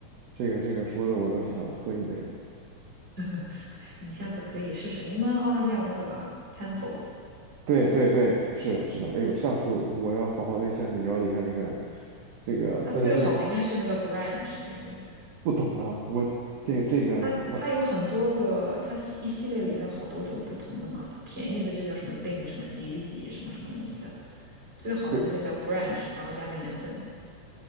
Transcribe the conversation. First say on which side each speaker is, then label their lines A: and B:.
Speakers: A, on the right (about 65°); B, on the right (about 20°).
A: 这个这个说的我都想喝一杯了，
B: <laughs> 你下次可以试试，你们澳大利亚有那个啊 Penfolds，
A: 对对对，是的是的，哎呦，下次我要好好再向你了解一下这个这个奔赴，
B: 它最好的应该是那个 Grange 那个，
A: 不懂啊，我这个这个我
B: 它它有很多个，它系一系列里面有好多种不同的嘛，它便宜的就叫什么 Bin 什么几几几什么什么东西的，最好的那个叫
A: 对，
B: Grange，然后加个年份